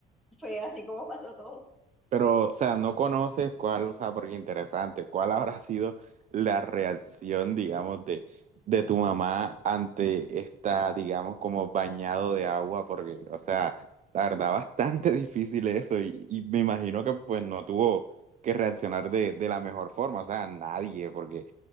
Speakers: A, in the centre; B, on the right.
A: fue así como pasó todo.
B: Pero, o sea, no conoces cuál, o sea, porque interesante, cuál habrá <laughs> sido la reacción, digamos, de, de tu mamá ante esta, digamos, como bañado de agua, porque, o sea, la verdad, <laughs> bastante difícil eso y, y me imagino que pues no tuvo que reaccionar de, de la mejor forma, o sea, nadie, porque